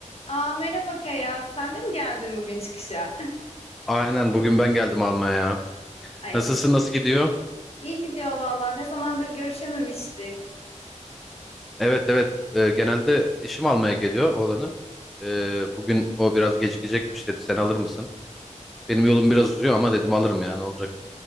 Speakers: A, on the left (about 50°); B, in the centre.
A: Aa merhaba Kaya. Sen de mi geldin bugün çıkışa? <laughs>
B: Aynen bugün ben geldim almaya ya.
A: Ay
B: Nasılsın
A: ay.
B: nasıl gidiyor?
A: İyi gidiyor valla. Ne zamandır görüşememiştik.
B: Evet evet Ee, genelde işim almaya geliyor oğlanı. Ee, bugün o biraz gecikecekmiş dedi sen alır mısın? Benim yolum biraz uzuyor ama dedim alırım ya ne olacak?